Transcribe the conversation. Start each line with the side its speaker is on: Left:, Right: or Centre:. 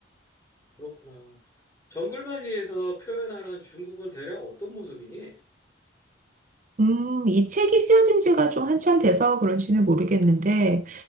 Left: 그렇구나. 정글만리에서 표현하는 중국은 대략 어떤 모습이니?
Right: 음, 이 책이 쓰여진 지가 좀 한참 돼서 그런지는 모르겠는데,